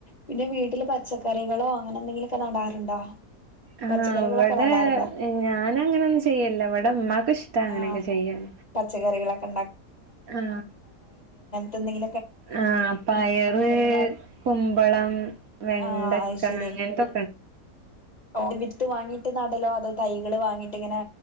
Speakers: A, on the left (about 25°); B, on the right (about 60°).
A: പിന്നെ വീട്ടില് പച്ചക്കറികളോ അങ്ങനെ എന്തെങ്കിലൊക്കെ നടാറുണ്ടോ
B: ആ
A: പച്ചക്കറികളൊക്കെ
B: അവിടെ
A: നടാറുണ്ടോ
B: ഞാൻ അങ്ങനൊന്നും ചെയ്യില്ല ഇവിടെ ഉമ്മാക്ക് ഇഷ്ടാ അങ്ങനെയൊക്കെ
A: ആഹ്
B: ചെയ്യാൻ
A: പച്ചക്കറികളൊക്കെ
B: ആ
A: എന്തെങ്കി
B: ആ പയറ് കുമ്പളം വെണ്ടക്ക
A: ആഹ് അയ്ശരി
B: അങ്ങന
A: ഓ വിത്ത് വാങ്ങീട്ട് നടലോ അതോ തൈകള് വാങ്ങിട്ടിങ്ങനെ